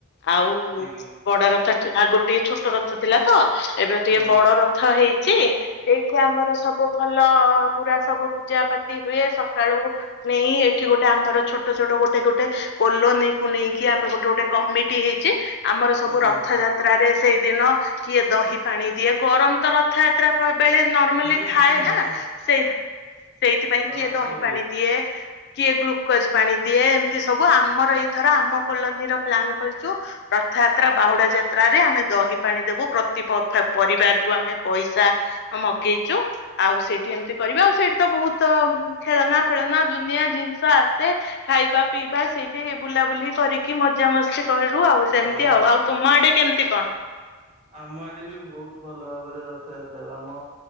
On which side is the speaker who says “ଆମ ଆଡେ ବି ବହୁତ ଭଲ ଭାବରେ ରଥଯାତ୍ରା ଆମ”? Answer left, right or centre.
Right